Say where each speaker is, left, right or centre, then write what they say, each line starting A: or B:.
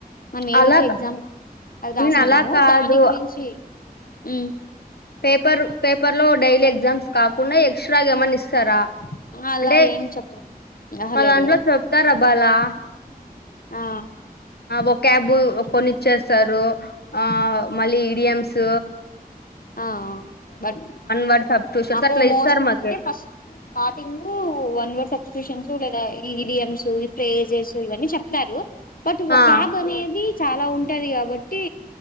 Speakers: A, on the left; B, on the left.
A: మనం ఏదైతే
B: అలా కా-
A: ఎగ్జామ్ అది రాసింటాము
B: నేను అలా కాదు
A: దాని గురించి ఉమ్
B: పేపర్ పేపర్ లో డైలీ ఎగ్జామ్స్ కాకుండా ఎక్స్ట్రా గ ఏమని ఇస్ సారా
A: అలా
B: అంటే
A: ఏం చెప్ప ఆహా
B: మా
A: లేదు
B: దాంట్లో
A: లేదు
B: చెప్తార అబ్బాలా
A: ఆ
B: ఒక క్యాబు కొన్నిచ్చేస్తారు ఆ మళ్ళీ ఈ డి ఎమ్స్
A: హా హా బట్
B: వర్డ్ సబ్స్టిట్యూషన్స్
A: మాకు
B: అట్లా ఇస్తారు
A: మోస్ట్
B: మాకి
A: అంటే ఫస్ట్ స్టార్టింగ్ వన్ వర్స్ వచ్చి ట్యూషన్స్ లేదా ఈ ఇడియమ్స్ ప్రేజెస్ ఇవన్నీ చెప్తారు బట్ ఒకాబనేది
B: ఆ
A: చాలా ఉంటది కాబట్టి